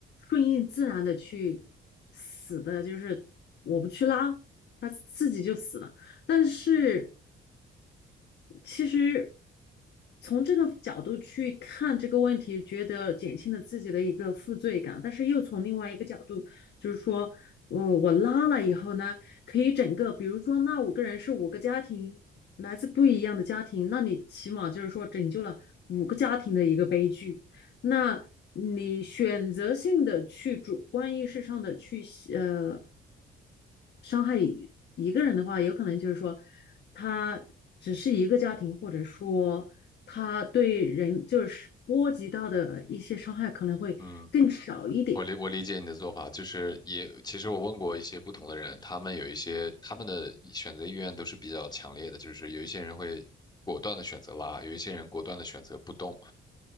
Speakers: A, on the left (about 60°); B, on the left (about 20°).
A: 顺应自然的去死的，就是我不去拉，它自己就死了。但是其实从这个角度去看这个问题，觉得减轻了自己的一个负罪感，但是又从另外一个角度。就是说，我我拉了以后呢，可以整个，比如说那五个人是五个家庭，来自不一样的家庭，那你起码就是说拯救了五个家庭的一个悲剧。那你选择性的去主观意识上的去呃伤害一一个人的话，有可能就是说他只是一个家庭，或者说他对人就是波及到的一些伤害可能会更少一点，
B: 嗯，我理我理解你的做法，就是也其实我问过一些不同的人，他们有一些他们的选择意愿都是比较强烈的，就是有一些人会果断的选择拉，有一些人果断的选择不动，